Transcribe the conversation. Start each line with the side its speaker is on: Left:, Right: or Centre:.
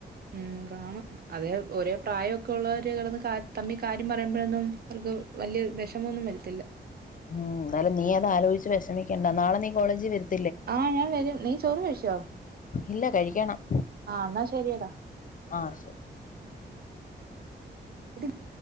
Right: ഉം കാണും അതേ ഒരേ പ്രായയൊക്കെ - ഒക്കള്ളവര് കെടന്ന് തമ്മി കാര്യം പറയുമ്പോഴൊന്നും അവർക്ക് വലിയ വിഷമൊന്നും വരത്തില്ല
Left: ഉം എന്താലും നീ അത് ആലോചിച്ച് വിഷമിക്കേണ്ട നാളെ നീ കോളേജിൽ വരു-
Right: ആഹ് ഞാൻ വരും നീ ചോറ് കഴിച്ചോആഹ്
Left: ഇല്ല കഴിക്കണം
Right: എന്നാൽ ശരിയടാ
Left: ആഹ് ശരി
Right: <unintelligible>